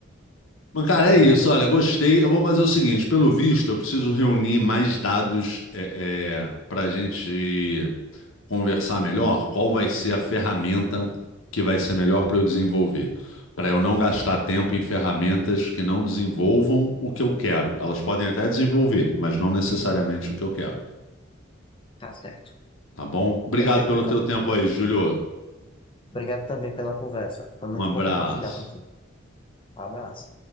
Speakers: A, on the left; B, on the left.
A: Mas, cara,
B: Ah,
A: é isso. Olha, gostei. Eu vou fazer o seguinte: pelo visto, eu preciso reunir mais dados é, é, pra gente conversar melhor, qual vai ser a ferramenta que vai ser melhor para eu desenvolver. Para eu não gastar tempo em ferramentas que não desenvolvam o que eu quero. Elas podem até desenvolver, mas não necessariamente o que eu quero.
B: Tá certo.
A: Tá bom? Obrigado
B: Perfeito,
A: pelo
B: cara.
A: teu tempo aí, Júlio.
B: Obrigado também pela conversa. Foi muito
A: Um abraço.
B: bom compartilhar contigo. Abraço.